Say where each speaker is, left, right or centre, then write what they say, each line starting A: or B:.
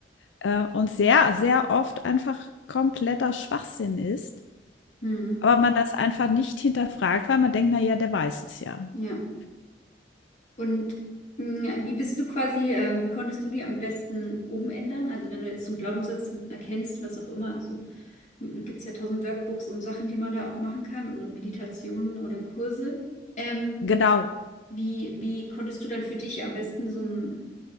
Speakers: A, on the left (about 85°); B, on the left (about 40°).
A: äh, und sehr, sehr oft einfach kompletter Schwachsinn ist.
B: Mhm.
A: Aber man das einfach nicht hinterfragt, weil man denkt, na ja, der weiß es ja.
B: Ja. Und mh, wie bist du quasi, ähm, wie konntest du die am besten umändern? Also wenn du jetzt einen Glaubenssatz erkennst, was auch immer, also gibt es ja tausend Workbooks und Sachen, die man da auch machen kann oder Meditationen oder Kurse. Ähm,
A: Genau,
B: Wie, wie konntest du dann für dich am besten so ein,